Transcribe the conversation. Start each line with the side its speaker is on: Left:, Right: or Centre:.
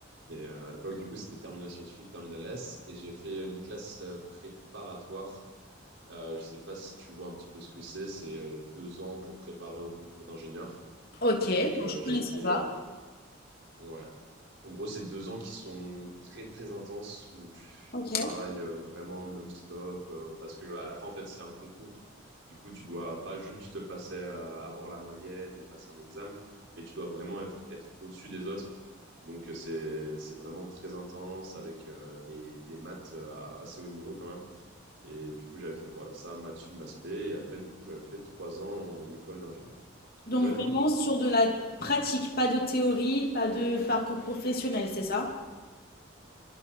Right: Mais euh, à l'époque, du coup, c'était terminale scientifique, terminale S, et j'ai fait une classe euh, préparatoire. Euh, je sais pas si tu vois un petit peu ce que c'est. C'est euh, deux ans pour préparer au concours d'ingénieur.
Left: Ok,
Right: Donc,
Left: donc
Right: euh,
Left: je
Right: j'avais
Left: connaissais
Right: fait
Left: pas.
Right: euh, Ouais. En gros, c'est deux ans qui sont très très intenses où tu
Left: Ok.
Right: travailles euh, vraiment non-stop euh, parce que à la fin, en fait, c'est un concours. Du coup, tu dois pas juste passer à avoir la moyenne et passer un examen, mais tu dois vraiment eff- être au-dessus des autres. Donc, euh, c'est c'est vraiment très intense avec euh, des, des maths euh, à- assez haut niveau quand même. Et du coup, j'avais fait voilà ça, maths sup, maths spé. Et après, du coup, j'avais fait trois ans en école d'ingénieur.
Left: Donc
Right: Et toi, du
Left: vraiment
Right: coup?
Left: sur de la pratique, pas de théorie, pas de parcours professionnel, c'est ça?